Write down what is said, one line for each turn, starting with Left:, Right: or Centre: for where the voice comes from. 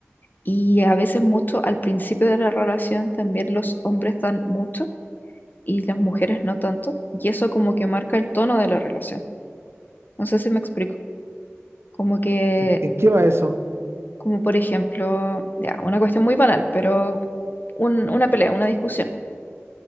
Left: y a veces mucho al principio de la relación también los hombres dan mucho y las mujeres no tanto, y eso como que marca el tono de la relación. No sé si me explico. Como que,
Right: ¿En, en qué va eso?
Left: como por ejemplo, ya, una cuestión muy banal, pero un- una pelea, una discusión.